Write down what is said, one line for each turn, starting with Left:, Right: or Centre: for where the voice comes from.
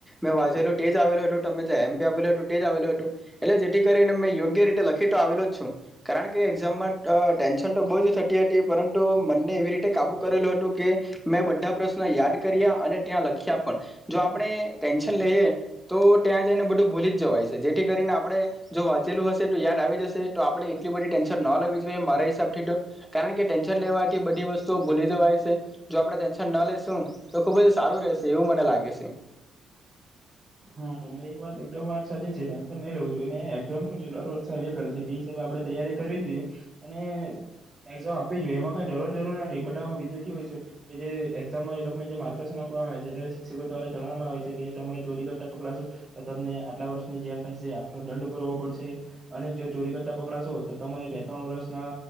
Centre: મેં વાંચેલું તે જ આવેલું હતું તમે એમ પી આપલું હતું તે જ આવેલું હતું એટલે જેથી કરીને મેં યોગ્ય રીતે લખી તો આવેલો જ છું કારણ કે એક્ઝામમાં ટેન્શન તો બો જ થતી હતી પરંતુ મને એવી રીતે કાબુ કરેલું હતું કે મેં બધા પ્રશ્નો યાદ કર્યા અને ત્યાં લખ્યા પણ જો આપણે ટેન્શન લઈએ તો ત્યાં જઈને બધું ભૂલી જ જવાય છે જેથી કરીને આપડે જો વાંચેલું હશે તો યાદ આવી જશે તો આપડે એટલી બધી ટેન્શન ન લેવી જોઈએ મારા હિસાબથી તો કારણ કે ટેન્શન લેવાથી બધી વસ્તુઓ ભૂલી જવાય છે જો આપણે ટેન્શન ના લેેશું તો ખુબ જ સારું રહેશે એવું મને લાગે છે
Right: હા તમારી એક વાત એકદમ વાત સાચી છે ટેન્શન નહીં લેવુ જોઈએ ને એક્ઝામ શું છે દર વર્ષે આવ્યા કરે છે તે હિસાબે આપણે તૈયારી કરવી જોઈએ અને એક્ઝામ આપવી જોઈએ એમાં કઈ ડરવાની જરૂર નથી બટ આ હું વિદ્યાર્થી હોય છું કે જે એક્ઝામમાં એ લોકોને જે માર્ગદર્શન આપવામાં આવે છે ત્યારે શિક્ષકો દ્વારા જણાવવામાં આવે છે કે તમે ચોરી કરતા પકડાશો તો તમને આટલા વર્ષની જેલ થશે આટલો દંડ ભરવો પડશે અને જો ચોરી કરતા પકડાશો તો તમારે બે ત્રણ વર્ષના